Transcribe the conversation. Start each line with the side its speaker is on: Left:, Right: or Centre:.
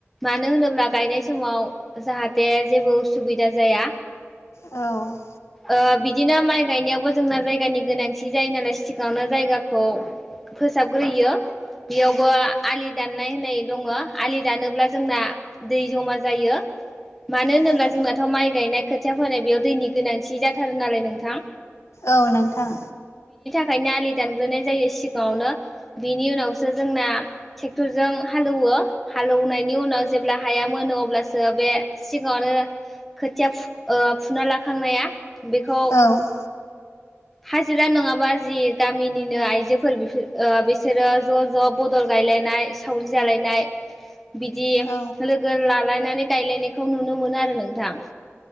Centre: मानो होनोब्ला गायनाय समाव जाहाथे जेबो उसुबिदा जाया
Left: औ
Centre: ओ बि दिनो माइ गायनायावबो जोंना जायगानि गोनांथि जायो नालाय सिगावनो जायगाखौ फोसाबग्रोयो बेयावबो आलि दाननाय होननाय दङ आलि दानोब्ला जोंना दै जमा जायो मानो होनोब्ला
Left: औ
Centre: जोंनाथ' माइ गायनाय खोथिया फोनाय बेयाव दैनि गोनांथि जाथारो नालाय नोंथां।
Left: औ नोंथां।
Centre: ओंखायनो आलि दानग्रोनाय जायो सिगाङावनो बिनि उनावसो जोंना ट्रेक्टरजों हालौवो हालेवनायनि उनाव जेब्ला हाया मोनो अब्लासो बे सिगाङावनो खोथिया फु फुना लाखांनाया बेखौ
Left: औ
Centre: हाजिरा नङाबा जि गामिनिनो आइजोफोरफोर बिसोरो ज' ज' बदल गाय रायलायनाय सावरि जालायनाय बिदि
Left: औ
Centre: लोगो लालायनानै गायलायनायखौ नुनो मोनो आरो नोंथां।